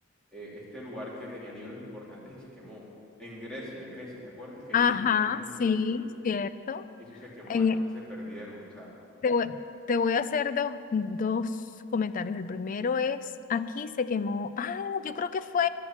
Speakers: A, in the centre; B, on the left (about 40°).
A: eh, este lugar que tenía libros importantes y se quemó. En Grecia, en Grecia, ¿te acuerdas que
B: Ajá,
A: ellos tenían un montón
B: sí,
A: de libros?
B: cierto.
A: Y eso se quemó,
B: En-
A: entonces se perdieron. O sea,
B: te voy, te voy a hacer dos, dos comentarios. El primero es, aquí se quemó. Ah, yo creo que fue